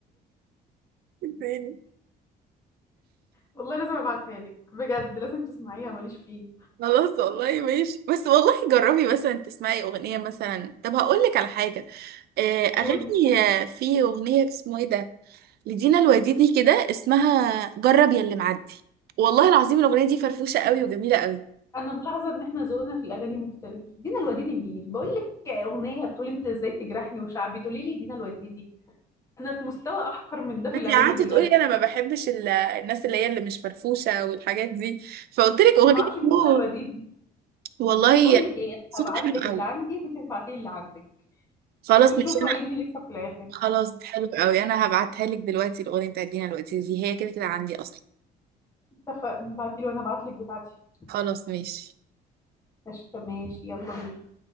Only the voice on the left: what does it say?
والله لازم ابعتها لك بجد لازم تسمعيها ماليش فيه
قولي
انا ملاحظه ان احنا ذوقنا في الاغاني مختلف دينا الوديدي مين بقول لك اغنيه بتقول انت ازاي تجرحني وشعبي تقولي لي دينا الوديدي انا في مستوى احقر من ده في
الاغاني
دلوقتي
انا ما اعرفش مين
دينا الوديدي
بقول لك ايه انا
هبعت
لك اللي
عندي وانت تبعتي لي اللي عندك
ونشوف
رأي
مين اللي يكسب في الآخر
اتفقنا ابعتيلي وانا ابعتلك بتاعتي
قشطة ماشي يلا بينا